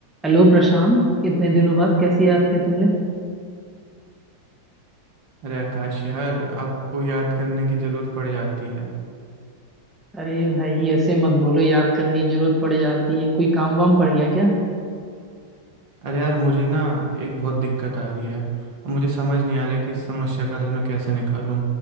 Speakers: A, in the centre; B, on the right.
A: Hello Prashant इतने दिनों बाद कैसे याद किया तुमने
B: अरे आकाश यार आपको याद करने की जरूरत पड़ जाती है
A: अरे भाई ऐसे मत बोलो याद करने की जरूरत पड़ जाती है कोई काम वाम पड़ गया क्या
B: अरे यार मुझे ना एक बहुत दिक्कत आ रही है और मुझे समझ नहीं आ रहा है कि इस समस्या का हल मैं कैसे निकालूं